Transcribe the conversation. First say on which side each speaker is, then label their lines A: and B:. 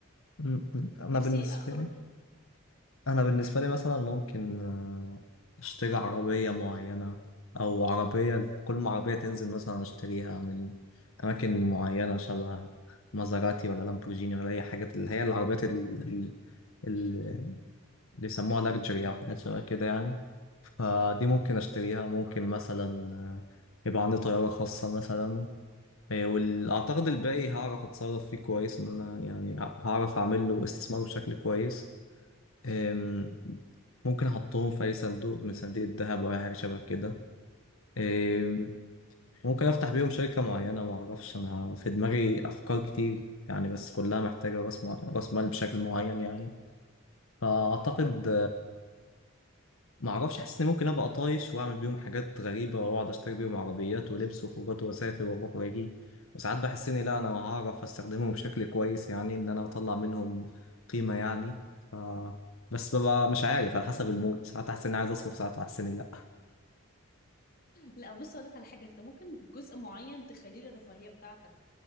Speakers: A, on the left; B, on the left.
A: م- انا
B: نفسي
A: بالنسبه
B: أخرج
A: لي انا بالنسبه لي مثلا ممكن آه، اشتري عربيه معينه او عربيه كل ما عربيه تنزل مثلا اشتريها من اماكن معينه شبه مازراتي ولا لامبورجيني ولا اي حاجات اللي هي العربيات ال- ال- ال- اللي بيسموها لاكجري او حاجات شبه كده يعني فدي ممكن اشتريها ممكن مثلا آه، يبقى عندي طياره خاصه مثلا إيه، واعتقد الباقي هعرف اتصرف فيه كويس ان انا يعني هعرف اعمل له استثمار بشكل كويس أم،
B: اه
A: ممكن احطهم في اي صندوق من صناديق الذهب او اي حاجه شبه كده أم،
B: اه
A: ممكن افتح بيهم شركه معينه ما اعرفش انا في دماغي افكار كتير يعني بس كلها محتاجه راس مع- راس مال بشكل معين يعني فاعتقد
B: مم.
A: ما اعرفش حاسس اني ممكن ابقى طايش واعمل بيهم حاجات غريبه واقعد اشتري بيهم عربيات ولبس وخروجات واسافر واروح واجي وساعات بحس اني لا انا هعرف استخدمهم بشكل كويس يعني ان انا اطلع منهم قيمه يعني ف بس ببقى مش عارف على حسب المود ساعات احس اني عايز اصرف ساعات احس اني لا
B: لا بص اقول لك على حاجه انت ممكن جزء معين تخليه للرفاهيه بتاعتك